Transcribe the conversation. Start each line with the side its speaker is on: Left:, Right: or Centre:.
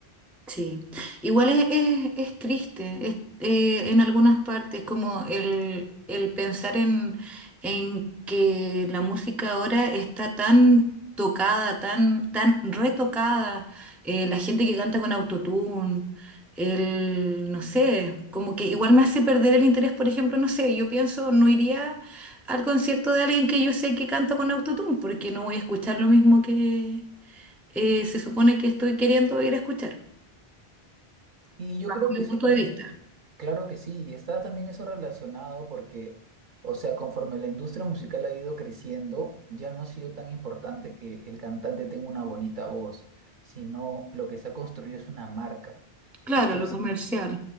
Centre: Sí, igual es, es, es triste es, eh, en algunas partes, como el, el pensar en, en que la música ahora está tan tocada, tan, tan retocada, eh, la gente que canta con autotune, el, no sé, como que igual me hace perder el interés, por ejemplo, no sé, yo pienso, no iría al concierto de alguien que yo sé que canta con autotune, porque no voy a escuchar lo mismo que eh, se supone que estoy queriendo ir a escuchar
Right: Y yo creo
Centre: mi
Right: que eso
Centre: punto
Right: también,
Centre: de vista.
Right: claro que sí, y está también eso relacionado porque, o sea, conforme la industria musical ha ido creciendo, ya no ha sido tan importante que el cantante tenga una bonita voz, sino lo que se ha construido es una marca.
Centre: Claro,
Right: Entonces,
Centre: lo comercial,